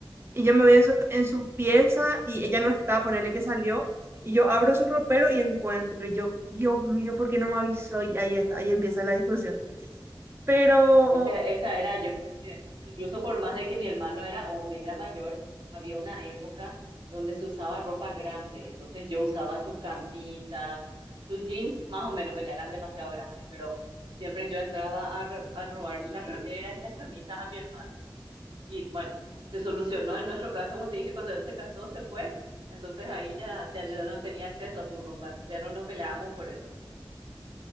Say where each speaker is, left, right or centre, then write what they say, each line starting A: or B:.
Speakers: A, on the right; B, on the right.
A: y yo me voy en su, en su pieza y ella no está, ponele que salió, y yo abro su ropero y encuentro, y yo, Dios mío, ¿por qué no me avisó? Y ahí está, ahí empieza la discusión. Pero,
B: Esa, esa era yo, porque incluso por más de que mi hermano era hombre, era mayor, había una época donde se usaba ropa grande, entonces yo usaba sus camisas, sus jeans más o menos, pues ya eran demasiado grandes, pero siempre yo entraba a, re- a robar las remeras y las camisas a mi hermano. Y bueno, se solucionó en nuestro caso, como te dije, cuando él se casó, se fue, entonces ahí ya, ya yo no tenía acceso a su ropa, entonces ya no nos peleábamos por eso.